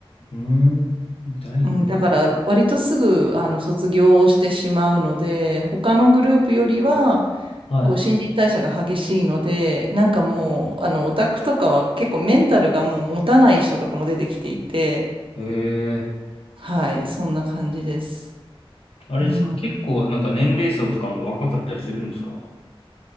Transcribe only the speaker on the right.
うん、だから割とすぐあの卒業をしてしまうので、他のグループよりは
こう新陳代謝が激しいので、なんかもうあのオタクとかは結構メンタルがもう持たない人とかも出てきていて、
はい、そんな感じです。
うん、